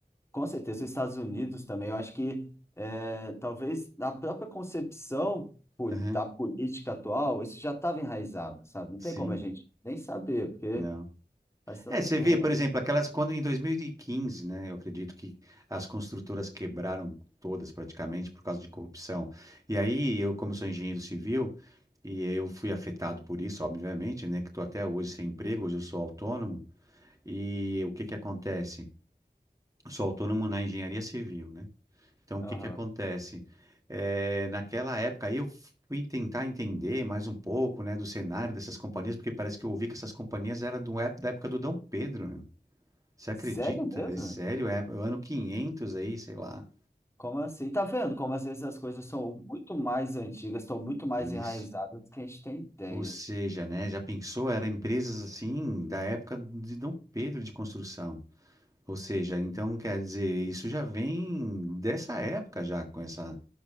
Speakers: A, on the left; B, on the right.
A: Com certeza, os Estados Unidos também. Eu acho que é, talvez na própria concepção pol-
B: Aham,
A: da política atual, isso já estava enraizado, sabe? Não
B: Sim,
A: tem como a gente nem saber, porque
B: não.
A: faz tanto
B: É, você
A: tempo.
B: vê, por exemplo, aquelas quando em 2015, né? Eu acredito que as construtoras quebraram todas praticamente por causa de corrupção. E aí eu, como sou engenheiro civil, e eu fui afetado por isso, obviamente, né? Que estou até hoje sem emprego, hoje eu sou autônomo. E o que que acontece? Eu sou autônomo na engenharia civil, né? Então o
A: Aham.
B: que que acontece? É, naquela época aí eu fui tentar entender mais um pouco, né, do cenário dessas companhias, porque parece que eu ouvi que essas companhias eram do, ép- da época do Dom Pedro, né? Você acredita?
A: Sério mesmo?
B: É sério? É o ano 500 aí, sei lá.
A: Como assim? Tá vendo como às vezes as coisas são muito mais antigas, estão muito mais
B: Isso.
A: enraizadas do que a gente tem ideia.
B: Ou seja, né, já pensou, era empresas assim da época de Dom Pedro de construção. Ou seja, então quer dizer, isso já vem dessa época já com essa